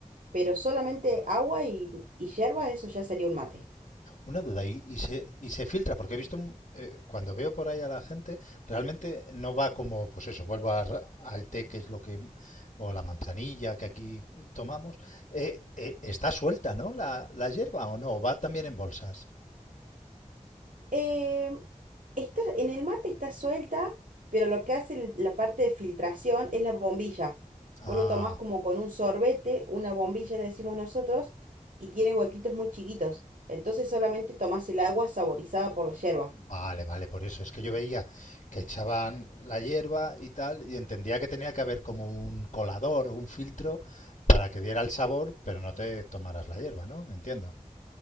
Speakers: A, on the right (about 80°); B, on the left (about 60°).
A: pero solamente agua y, y yerba, eso ya sería un mate.
B: Una duda, y, y, se, y se filtra, porque he visto, un- eh, cuando veo por ahí a la gente, realmente no va como, pues eso, vuelvo a, ra- al té, que es lo que, o la manzanilla que aquí tomamos, eh, eh, está suelta, ¿no? La, la hierba o no, va también en bolsas.
A: Eh, está, en el mate está suelta, pero lo que hace el- la parte de filtración es la bombilla.
B: Ah,
A: Vos lo tomás como con un sorbete, una bombilla le decimos nosotros, y tiene huequitos muy chiquitos. Entonces solamente tomás el agua saborizada por la yerba.
B: Vale, vale, por eso. Es que yo veía que echaban la hierba y tal, y entendía que tenía que haber como un colador o un filtro para que diera el sabor, pero no te tomaras la hierba, ¿no? Entiendo.